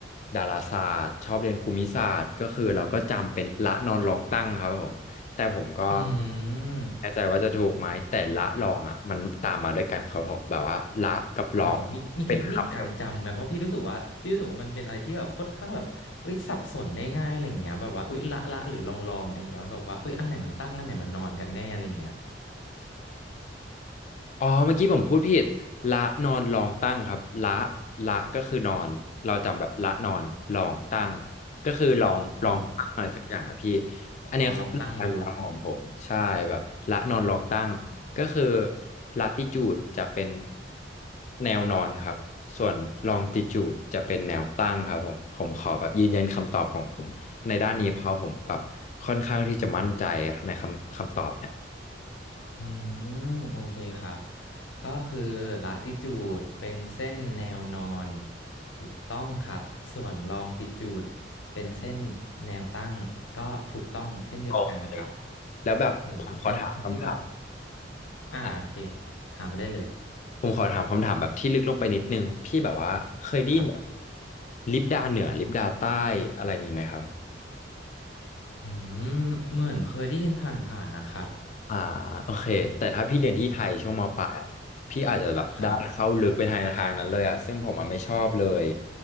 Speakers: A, on the left; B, on the left.
A: ดาราศาสตร์ชอบเรียนภูมิศาสตร์ก็คือเราก็จำเป็นละนอนลองตั้งครับผมแต่ผมก็
B: อืม
A: ไม่แน่ใจว่าจะถูกไหมแต่ละลองอ่ะมันตามมาด้วยกันครับผมแบบว่าละกับลองเป็นคำ
B: อ๋อมีมีเทคนิคการจำไหมเพราะพี่รู้สึกว่าพี่รู้สึกว่ามันเป็นอะไรที่แบบค่อนข้างแบบเอ้ยสับสนได้ง่ายอะไรเงี้ยแบบว่าเอ้ยละละหรือลองลองอะไรเงี้ยมันแบบว่าเอ้ยอันไหนมันตั้งอันไหนมันนอนกันแน่อะไรเงี้ย
A: อ๋อเมื่อกี้ผมพูดผิดละนอนลองตั้งครับละละก็คือนอนเราจำแบบละนอนลองตั้งก็คือลองลองตั้งอะไรสักอย่างอะพี่
B: อ๋อ
A: อันเนี้ยคือหลักการจำของผมใช่แบบละนอนลองตั้งก็คือ
B: อ๋อลองตั้งดู
A: ลาติจูดจะเป็นแนวนอนครับส่วนลองติจูดจะเป็นแนวตั้งครับผมผมขอแบบยืนยันคำตอบของผมในด้านนี้เพราะผมแบบค่อนข้างที่จะมั่นใจในคำคำตอบเนี่ย
B: อืมโอเคครับก็คือละติจูดเป็นเส้นแนวนอนถูกต้องครับส่วนลองติจูดเป็นเส้นแนวตั้งก็ถูกต้องเช่นเดียวกันนะครับ
A: โอเคแล้วแบบผมขอถามคำถาม
B: โอ้เป็นคนที่แบบอ่าโอเค
A: อ่ะ
B: ถามมาได้เลย
A: ผมขอถามคำถามแบบที่ลึกลงไปนิดนึงพี่แบบว่าเคยได้ยินแบบ
B: ครับ
A: ลิปดาเหนือลิปดาใต้อะไรนี้ไหมครับ
B: อืมเหมือนเคยได้ยินผ่านๆนะครับ
A: อ่าโอเคแต่ถ้าพี่เรียนที่ไทยช่วงมปลายอะพี่อาจจะแบบได้เข้าลึกไปทางทางนั้นเลยอ่ะซึ่งผมอ่ะไม่ชอบเลย
B: ครับ